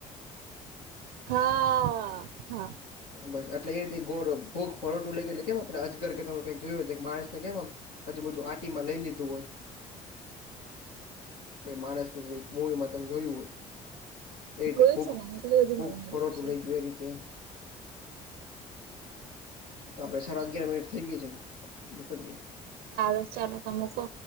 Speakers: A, on the right (about 80°); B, on the left (about 80°).
A: હા હા.
B: બસ એટલે એ રીતે ગોળ ભૂખ ભરોઠું લઈ ગયા એટલે કેમ આપડે અજગર કેમે કઈક જોયું હોય તઘ માણસ ને કેમ આમ આજુબાજુ આટીમાં લઈ લીધું હોય.
A: હ.
B: કોઈ માણસ કોઈક મૂવીમાં તમ જોયું હોય. એ રીતે
A: જોયું
B: ફૂક
A: છે ને મેં કેટલી બધી
B: ફૂક
A: મૂવીમાં
B: ભરોઠું
A: જોયું છે
B: લઇ ગયું એ રીતે એમ. તો આપડે સાડા અગિયાર મિનિટ થઈ ગઈ છે <unintelligible>
A: હારું ચાલો તો મૂકો.